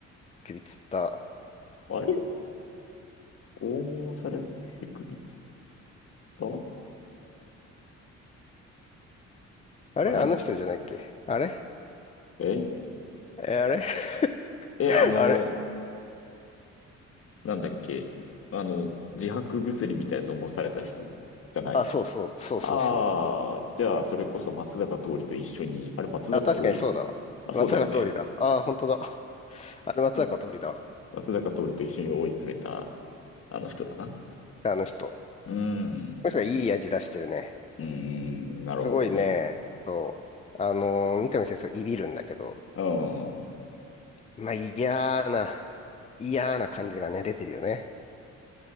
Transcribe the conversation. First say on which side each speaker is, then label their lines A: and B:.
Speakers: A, on the left; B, on the left.
A: 首つった。
B: あれ拷問されて首つった
A: あれあの人じゃないっけあれ
B: ええ
A: え、あれ
B: え、
A: <laughs>
B: あの、
A: あれ
B: なんだっけ、あの、自白薬みたいなのもされた人じゃない。
A: あ、そうそう、そうそうそ
B: ああ、じゃあ、それこそ松坂桃李と一緒に、あれ松坂桃李、
A: う。あ、確かにそうだわ。
B: あ、
A: 松坂通りだ。
B: そうだよね。
A: ああ、本当だ。<laughs> あれ松坂通りだわ。
B: うん松坂桃李と一緒に追い詰めた、あの人だな。
A: あの人。
B: うーん、
A: もしかいい味出してるね。
B: うーん、なるほどね。
A: すごいね、そう。あのー三上先生、いびるんだけど、
B: うん、うん
A: まあ、嫌な、嫌な感じがね、出てるよね。